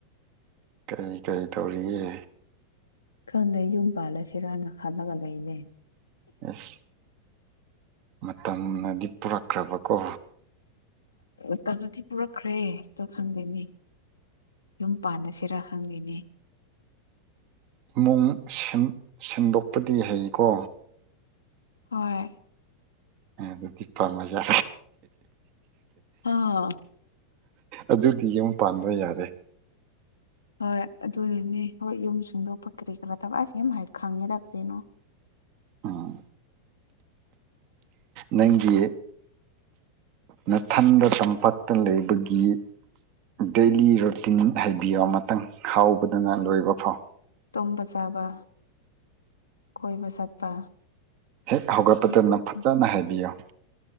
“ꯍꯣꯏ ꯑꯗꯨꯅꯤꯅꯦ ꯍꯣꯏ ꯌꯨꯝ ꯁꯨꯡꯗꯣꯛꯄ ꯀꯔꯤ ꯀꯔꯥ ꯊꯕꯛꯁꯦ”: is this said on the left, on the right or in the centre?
Left